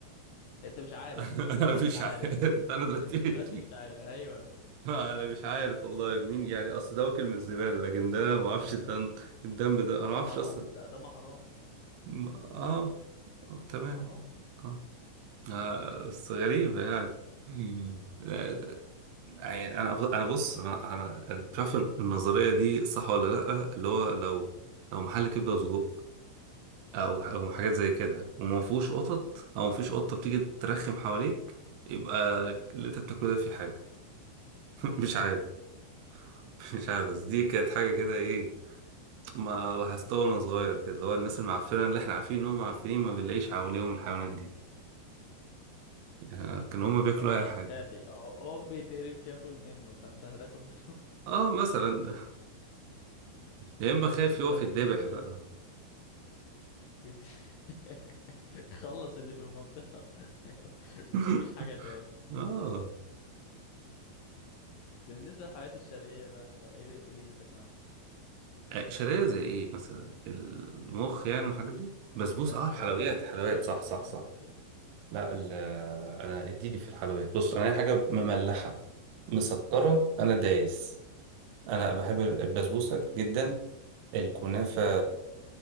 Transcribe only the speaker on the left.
انت مش عارف
انت
دلوقتي
مش عارف
انت دلوقتي مش عارف ايوه
اصل
حرام
ده دم حرام
حرام
مش
مظبوط
يعني
مم.
ان هو بيخاف
يعني هو هو بيتقرف ياكل منه فانت هتاكل منه
<laughs>
طب
وبالنسبة
لل <laughs> خلص اللي في المنطقة <laughs>
ومفيش حاجة تاني
بالنسبة للحلويات الشرقية بقى ايه ايه دنيتك معاها
بسبوس
لا
حلويات
حلويات
حلويات
ايوه
ماشي
انا بموت في البسبوسه